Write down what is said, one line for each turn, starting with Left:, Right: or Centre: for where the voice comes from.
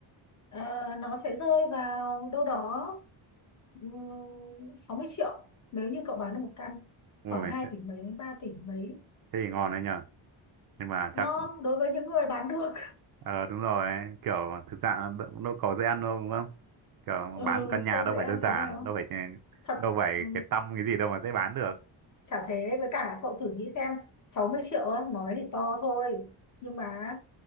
Left: ờ, nó sẽ rơi vào đâu đó um, 60 triệu nếu như cậu bán được một căn
Right: ui
Left: khoảng hai
Right: thế,
Left: tỷ mấy đến ba tỷ mấy
Right: thế thì ngon đấy nhờ nhưng mà
Left: ngon
Right: chắc
Left: đối với những người bán được
Right: ờ đúng rồi ấy. kiểu thực ra đ- đâu có dễ ăn đâu đúng không
Left: <laughs>
Right: kiểu
Left: ừ,
Right: bán một căn nhà
Left: không
Right: đâu
Left: dễ
Right: phải
Left: ăn
Right: đơn
Left: tí
Right: giản
Left: nào
Right: đâu phải ờ,
Left: thật
Right: đâu phải
Left: ừ.
Right: cái tăm cái gì đâu mà dễ bán được
Left: Chả thế với cả cậu thử nghĩ xem 60 triệu á, nói thì to thôi nhưng mà